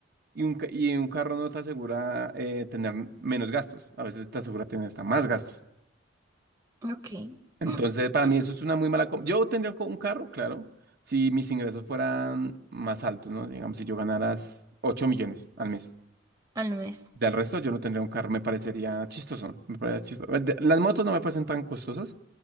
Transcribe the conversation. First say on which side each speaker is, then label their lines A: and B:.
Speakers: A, on the right (about 55°); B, on the right (about 20°).
A: y un, ca- y un carro no te asegura eh, tener menos gastos. A veces te asegura tener hasta más gastos.
B: ok.
A: Entonces,
B: <clears throat>
A: para mí eso es una muy mala compra. Yo tendría un co- un carro, claro, si mis ingresos fueran más altos, ¿no? Digamos, si yo ganara 8 millones al mes.
B: Al mes.
A: Del resto, yo no tendría un carro, me parecería chistoso. Me parecería chistoso. De- Las motos no me parecen tan costosas.